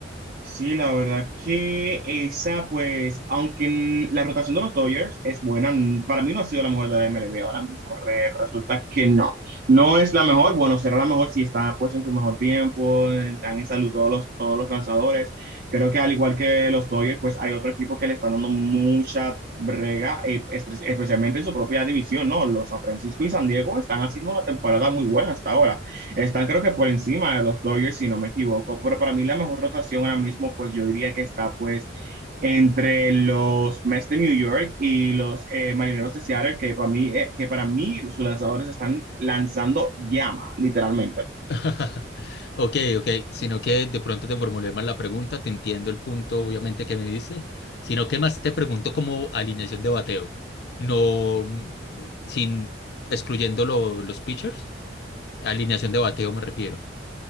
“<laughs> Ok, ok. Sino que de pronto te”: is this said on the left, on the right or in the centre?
Left